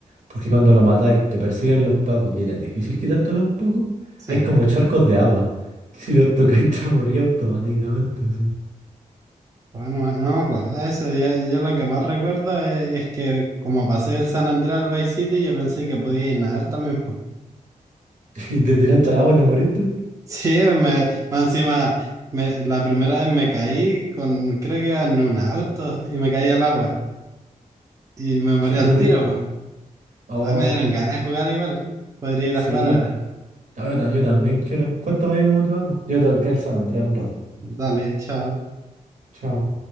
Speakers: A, on the right (about 70°); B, on the right (about 25°).
A: porque cuando lo matáis te persiguen los pacos y era difícil quitarte los pacos,
B: Sí.
A: hay como charcos de agua, que si los tocáis te morís automáticamente, sí.
B: Bueno, no me no me acuerdo de eso. Yo, yo lo que más recuerdo es, es que como pasé del San Andrés al Vice City, yo pensé que podía ir nadar también.
A: <laughs> Y te tiraste al agua y te moriste,
B: Sí, me, más encima, me- la primera vez me caí con, creo que iba en un auto y me caí al agua y me morí
A: y
B: al
A: te moriste.
B: tiro. po.
A: Oh,
B: Ay, me dieron ganas de jugar igual. Podría ir
A: sí,
B: a jugar ahora.
A: No, yo, tam- yo también quiero. Cuéntame cómo te va, po. Yo tengo que ir a San Andrés un rato.
B: Dale, chao.
A: Chao.